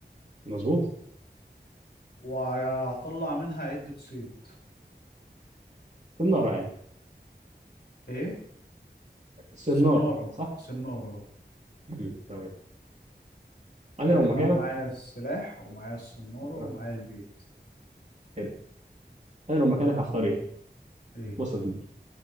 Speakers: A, on the right; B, on the left.
A: مظبوط
B: وهطلع منها عدة صيد
A: سنارة يعني
B: إيه؟
A: سنارة
B: سنارة
A: صح؟
B: سنارة
A: مم. تمام أنا
B: كده
A: لو
B: يبقى
A: مكانك
B: أنا معايا السلاح ومعايا السنارة
A: آه.
B: ومعايا البيت
A: حلو أنا لو مكانك هختار إيه؟
B: إيه؟
A: بص يا سيدي